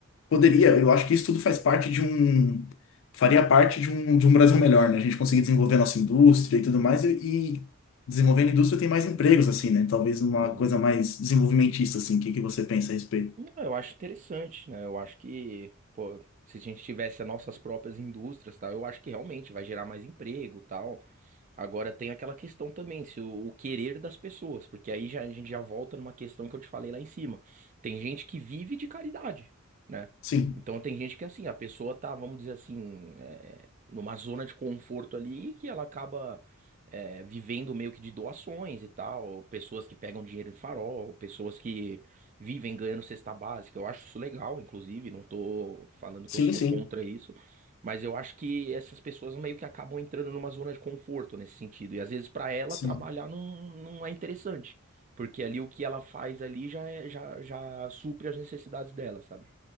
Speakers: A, on the left; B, on the right.
A: poderia, eu acho que isso tudo faz parte de um, faria parte de um, de um Brasil melhor, né? A gente conseguir desenvolver a nossa indústria e tudo mais, e, e desenvolvendo a indústria tem mais empregos, assim, né? Talvez uma
B: Uhum.
A: coisa mais desenvolvimentista, assim. O que que você pensa a respeito?
B: Não, Eu acho interessante, né? Eu acho que, pô, se a gente tivesse as nossas próprias indústrias, tal, eu acho que realmente vai gerar mais emprego, tal. Agora tem aquela questão também, se o, o querer das pessoas, porque aí já, a gente já volta numa questão que eu te falei lá em cima. Tem gente que vive de caridade, né?
A: Sim,
B: Então tem gente que assim, a pessoa tá, vamos dizer assim, é, numa zona de conforto ali que ela acaba é, vivendo meio que de doações e tal, pessoas que pegam dinheiro em farol, pessoas que vivem ganhando cesta básica. Eu acho isso legal, inclusive, não tô falando
A: sim,
B: que eu sou
A: sim,
B: contra isso. Mas eu acho que essas pessoas meio que acabam entrando numa zona de conforto nesse sentido. E às vezes para ela
A: sim.
B: trabalhar não, não é interessante. Porque ali o que ela faz ali já, é- já, já supre as necessidades dela, sabe?